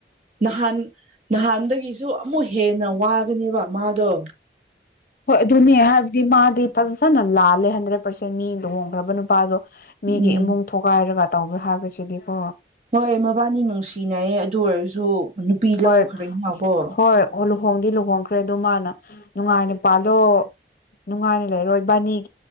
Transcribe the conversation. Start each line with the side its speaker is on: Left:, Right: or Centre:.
Right: ꯅꯍꯥꯟ ꯅꯍꯥꯟꯗꯒꯤ ꯁꯨ ꯑꯃꯨꯛ ꯍꯦꯟꯅ ꯋꯥ ꯅꯤꯕ ꯃꯥꯗ
Left: ꯍꯣꯏ ꯑꯗꯨꯅꯦ ꯍꯥꯏꯕꯗꯤ ꯃꯥꯗꯤ ꯐꯖ ꯐꯅ ꯂꯥꯜꯂꯦ ꯍꯟꯗ꯭ꯔꯦꯠ ꯄꯥꯔꯁꯦꯟ ꯃꯤ ꯂꯨꯍꯣꯡꯈ꯭ꯔꯕ ꯅꯨꯄꯥꯗꯣ ꯃꯤꯒꯤ
Right: ꯎꯝ
Left: ꯏꯃꯨꯡ ꯊꯣꯒꯥꯏꯔꯒ ꯇꯧꯕ ꯍꯥꯏꯕꯁꯤꯗꯤꯀꯣ
Right: ꯍꯣꯏ ꯃꯕꯥꯅꯤ ꯅꯨꯡꯁꯤꯅꯩ ꯑꯗꯨ ꯑꯣꯏꯔꯁꯨ <unintelligible> ꯅꯨꯄꯤ
Left: ꯍꯣꯏ
Right: ꯂꯧꯈ꯭ꯔꯦꯅꯕꯣ
Left: ꯍꯣꯏ ꯑꯣ ꯂꯨꯍꯣꯡꯗꯤ ꯂꯨꯍꯣꯡꯈ꯭ꯔꯦ ꯑꯗꯨ ꯃꯥꯅ ꯅꯨꯡꯉꯥꯏꯅ ꯄꯥꯜꯂꯣ ꯅꯨꯡꯉꯥꯏꯅ ꯂꯩꯔꯣꯏ ꯕꯥꯅꯤ